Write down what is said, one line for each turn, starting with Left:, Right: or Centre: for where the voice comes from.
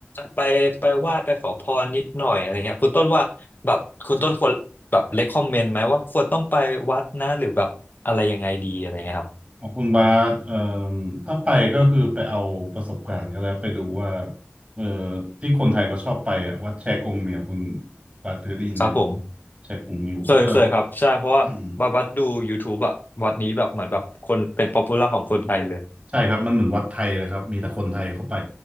Left: ไปไปไหว้ไปขอพรนิดหน่อยอะไรเงี้ยคุณต้นว่าแบบคุณต้นควรแบบเลคคอมเมนต์ไหมว่าควรต้องไปวัดนะหรือแบบอะไรยังไงดีอะไรเงี้ยครับ
Right: ของคุณบาสเอ่อถ้าไปก็คือไปเอาประสบการณ์ก็แล้วไปดูว่าเอ่อที่คนไทยก็ชอบไปอ่ะวัดแชกงเมียวคุณบาสเคยได้ยินไหมครับ
Left: ครับผม
Right: แชกงมิวเออ
Left: เคยเคยครับใช่เพราะว่าบาบัดดู
Right: อืม
Left: YouTube อะวัดนี้แบบเหมือนแบบคนเป็นป๊อปปูล่าของคนไทยเลย
Right: ใช่ครับมันเหมือนวัดไทยเลยครับมีแต่คนไทยเข้าไป